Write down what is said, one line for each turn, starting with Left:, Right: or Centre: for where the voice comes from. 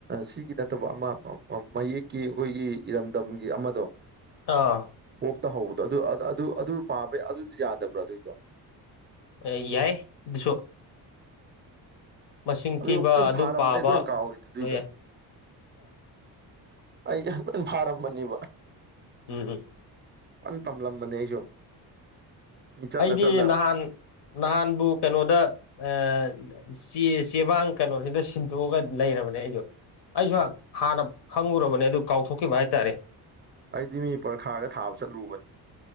Right: ꯁꯤꯒꯤ ꯅꯠꯇꯕ ꯑꯃ ꯃ ꯃꯌꯦꯛꯀꯤ ꯑꯩꯈꯣꯏꯒꯤ ꯏꯔꯝꯗꯝꯒꯤ ꯑꯃꯗꯣ
Left: ꯑꯥ
Right: ꯀꯣꯛꯇ ꯍꯧꯕꯗꯣ ꯑꯗꯨ ꯑꯗꯨ ꯑꯗꯨ ꯄꯥꯕ ꯑꯗꯨꯗꯤ ꯌꯥꯗꯕ꯭ꯔꯥ ꯑꯗꯨꯏꯗꯣ
Left: ꯑꯦ ꯌꯥꯏ ꯑꯗꯨꯁꯨ ꯃꯁꯤꯡ
Right: ꯑꯗꯨ
Left: ꯊꯤꯕ
Right: <unintelligible>
Left: ꯑꯗꯨ
Right: ꯐꯥꯔꯝꯕꯅꯦ
Left: ꯄꯥꯕ
Right: ꯑꯩ ꯂꯣꯏ ꯀꯥꯎꯔꯦ ꯑꯗꯨꯏꯗꯣ
Left: ꯂꯣꯏ ꯌꯥꯏ
Right: ꯑꯩ ꯌꯥꯝ ꯐꯥꯔꯝꯕꯅꯦꯕ
Left: ꯎꯝ ꯎꯝ
Right: ꯑꯝ ꯇꯝꯂꯝꯕꯅꯤ ꯑꯩꯁꯨ ꯃꯤ ꯆꯠꯂ
Left: ꯑꯩꯗꯤ
Right: ꯆꯠꯂ
Left: ꯅꯍꯥꯟ ꯅꯍꯥꯟꯕꯨ ꯀꯩꯅꯣꯗ ꯑ ꯆꯦ ꯆꯦꯕꯥꯡ ꯀꯩꯅꯣꯁꯤꯗ ꯁꯤꯟꯗꯣꯛꯑꯒ ꯂꯩꯔꯕꯅꯦ ꯑꯩꯖꯨ ꯑꯩꯖꯨꯍꯥꯟ ꯍꯥꯟꯅ ꯈꯪꯉꯨꯔꯕꯅꯦ ꯑꯗꯨ ꯀꯥꯎꯊꯣꯛꯈꯤꯕ ꯍꯥꯏꯇꯥꯔꯦ
Right: ꯑꯩꯗꯤ ꯄꯔꯈꯥꯗ ꯊꯥꯕ ꯆꯠꯂꯨꯕꯅꯤ